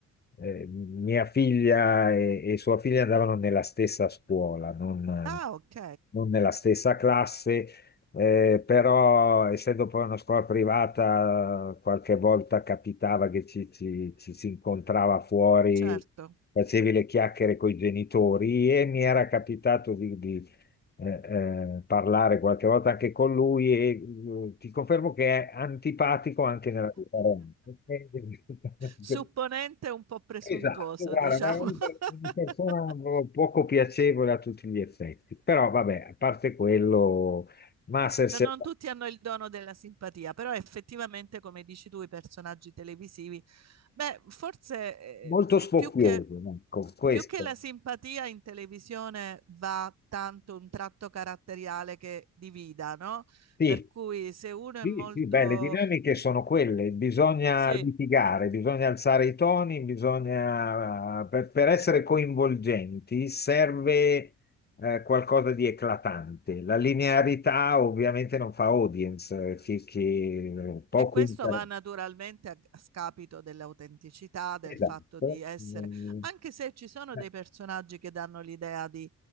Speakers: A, on the left (about 35°); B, on the right (about 60°).
A: eh, mia figlia e, e sua figlia andavano nella stessa scuola, non,
B: Ah, ok,
A: non nella stessa classe, eh, però essendo poi una scuola privata, qualche volta capitava che ci, ci- ci si incontrava fuori,
B: certo.
A: facevi le chiacchiere con i genitori e mi era capitato di, di eh, eh, parlare qualche volta anche con lui e eh, ti confermo che è antipatico anche nella vita reale.
B: Supponente
A: <laughs>
B: un po' presuntuoso,
A: Esatto, guarda,
B: diciamo.
A: veramente
B: <laughs>
A: una persona poco piacevole a tutti gli effetti. Però vabbè, a parte quello, Masters
B: No, Non
A: è
B: tutti hanno il dono della simpatia, però effettivamente, come dici tu, i personaggi televisivi, beh, forse eh,
A: molto spocchioso,
B: più che,
A: ecco, questo.
B: più che la simpatia in televisione va tanto un tratto caratteriale che divida, no?
A: Sì.
B: Per cui se uno
A: Sì,
B: è molto...
A: sì, beh, le dinamiche sono quelle, bisogna
B: Sì.
A: litigare, bisogna alzare i toni, bisogna, eh, per, per essere coinvolgenti serve eh, qualcosa di eclatante. La linearità ovviamente non fa audience, eh, che, che poco
B: E questo
A: interessa.
B: va naturalmente a a scapito dell'autenticità, del
A: Esatto.
B: fatto di essere,
A: Mm,
B: anche se ci sono
A: eh,
B: dei personaggi che danno l'idea di